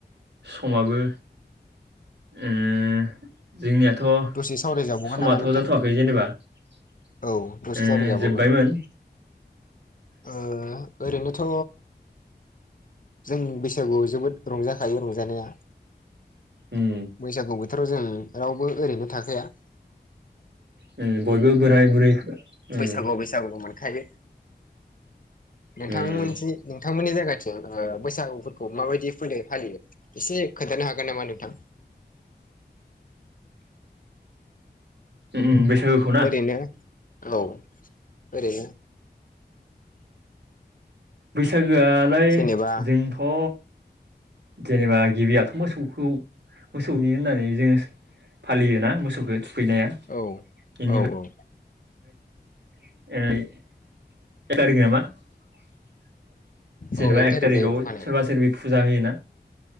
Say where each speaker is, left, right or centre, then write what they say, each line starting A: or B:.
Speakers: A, on the right (about 80°); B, on the left (about 50°).
A: समाबो उम जोंनियाथ'
B: दसे सावरायजाबावगोन
A: समथ'
B: नामा नोंथां
A: जाथ'वाखै जेनेबा ओ
B: औ दसे सावरायजाबावगोन
A: जोबबायमोन
B: ओ ओरैनोथ' जों बैसागुआव जोबोद रंजाखायो रंजानाया
A: उम
B: बैसागु बोथोराव जों रावबो ओरैनो थाखाया
A: बयबो बोराय बुरै उम
B: बैसागुआव बैसागुबो मोनखायो नोंथां
A: उम
B: मोनसे नोंथांमोननि जायगाथिं बैसागुफोरखौ माबायदि फोरबो फालियो एसे खोनथानो हागोन नामा नोंथां
A: ओम बैसागोखौना
B: ओरैनो औ ओरैनो
A: बैसागोआलाय
B: जेनेबा
A: जोंथ' जेनेबा गिबियाथ' मोसौखौ मोसौनि होननानै जोंङो फालियोना मोसौखो थुखैनाया
B: औ
A: बेनिफ्राय
B: औ औ
A: <inaudible> जेनेबा
B: औ
A: एक
B: थारिख
A: थारिकआव
B: जायो अखानायै
A: सोरबा सोरबि फुजा होयोना।